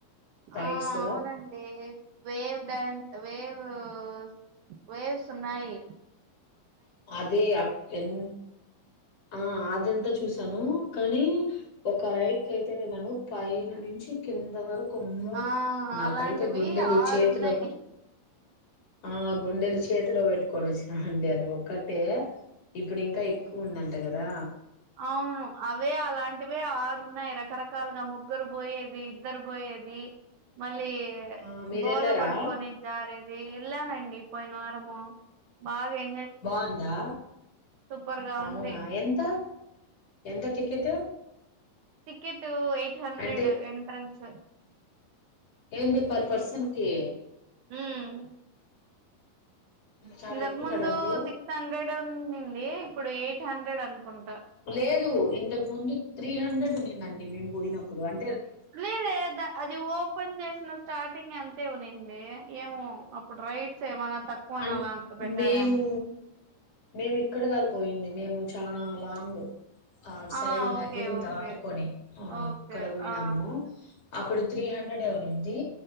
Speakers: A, on the left; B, on the right.
A: రైడ్స్
B: ఆ అవునండి వేవ్ డ్య వేవ్ ఆహ్ వేసున్నాయి.
A: అది అక్ ఎన్ ఆ అదంతా చూసాను. కానీ ఒక రైడ్ కెయితే ఎలాను పైన నుంచి కింద వరకు. కుమ్మో.
B: ఆ
A: నాకైతే
B: అలాంటివి
A: గుండెలు
B: ఆరు
A: చేతిలో
B: ఉన్నాయి
A: ఆ గుండెలు చేతిలో పెట్టుకొని వచ్చిన అండి. అద్ దే ఒకటే ఇప్పుడు ఇంకా ఎక్కువ ఉంన్నది అంట కదా
B: అవును అవే అలాంటివే ఆర్ ఉన్నాయి రకరకాలుగా ముగ్గురు పోయేవి, ఇద్దరు పోయేవి మళ్ ఏ
A: ఆ మీరెళ్ళారా
B: బోర్లా పడుకొని జారే నేన్ ఏల్లనండి పోయిన వారము. బాగా ఏం
A: బాగుందా.
B: సూపర్ గా
A: అవునా
B: ఉంది
A: ఎంత ఎంత టికెట్
B: సికెట్ ఏయి ఎయిట్ హండ్రెడ్
A: అంటే
B: ఎంట్రెన్స్
A: ఏంటి పర్ పర్సన్ కి
B: ఉహ్
A: చాలా
B: ఇందక్
A: ఎక్కువ
B: ముందు
A: కదండి
B: సిక్స్ హండ్రెడే ఉండింది. ఇప్పుడు ఎయిట్ హండ్రెడ్ అనుకుంటా
A: లేదు ఇంతకు ముందు త్రీ హండ్రెడ్ ఉండిందండి మేము పోయినప్పుడు. అం
B: లేదే ద అది ఓపెన్ చేసిన స్టార్టింగ్ అంతే ఉనింది. ఏమో అప్పుడు రైడ్స్ ఏమనా తక్కువనలా
A: అం
B: అంత పెట్టారేమో
A: మేము మేము ఇక్కడ కాదు పోయింది. మేము చానా లాంగ్ ఆ సైడు
B: ఆహా
A: నగిలి
B: ఓకే ఓకే
A: దాటుకొని. ఆ
B: ఓకే.
A: అక్కడ పోయినము
B: ఆ!
A: అప్పుడు త్రీ హండ్రెడ్ ఏ వునింది